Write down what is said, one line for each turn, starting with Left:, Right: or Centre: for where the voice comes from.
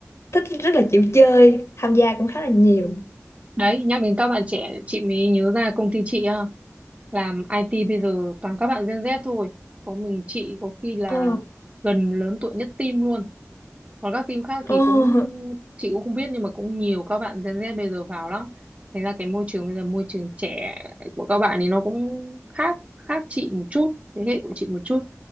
Left: thích rất là chịu chơi, tham gia cũng khá là nhiều.
Right: đấy nhắc đến các bạn trẻ chị mới nhớ ra công ty chị à, làm IT bây giờ toàn các bạn Gen Z thôi có mình chị có khi là
Left: Ồ,
Right: gần lớn tuổi nhất team luôn còn các team khác
Left: ồ,
Right: thì
Left: <laughs>
Right: cũng chị cũng không biết nhưng mà cũng nhiều các bạn Gen Z bây giờ vào lắm thành ra cái môi trường bây giờ môi trường trẻ của các bạn thì nó cũng khác khác chị một chút thế hệ của chị một chút